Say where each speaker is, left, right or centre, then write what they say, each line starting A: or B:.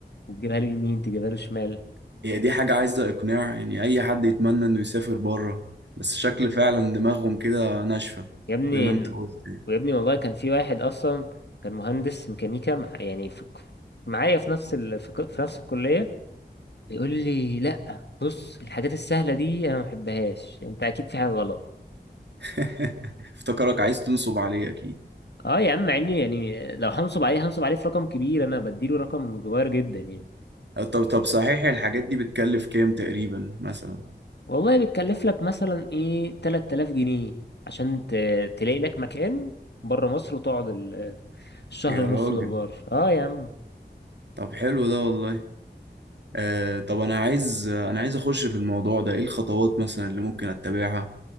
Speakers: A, on the left; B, on the right.
A: وتجيبها له يمين تجيبها له شمال
B: هي دي حاجة عايزة اقناع يعني اي حد يتمنى انه يسافر بره بس شكل فعلا دماغهم كده ناشفة
A: يا ابني
B: زي ما انت قلت يعني.
A: ويا ابني والله كان في واحد اصلا كان مهندس ميكانيكا مع- يعني في معايا في نفس ال... في, ك- في نفس الكلية بيقول لي لا بص الحاجات السهلة دي انا ما بحبهاش انت اكيد في حاجة غلط
B: <laughs> افتكرك عايز تنصب عليه اكيد
A: اه يا عم مع اني يعني لو هنصب عليه هنصب عليه في رقم كبير انا بديله رقم صغير جدا يعني
B: طب طب صحيح الحاجات دي بتكلف كام تقريبا مثلا
A: والله بتكلف لك مثلا ايه 3000 جنيه عشان ت... تلاقي لك مكان بره مصر وتقعد ال- الشهر
B: يا
A: ونص
B: راجل
A: دول بره اه يا عم
B: طب حلو ده والله آه طب انا عايز انا عايز اخش في الموضوع ده ايه الخطوات مثلا اللي ممكن اتبعها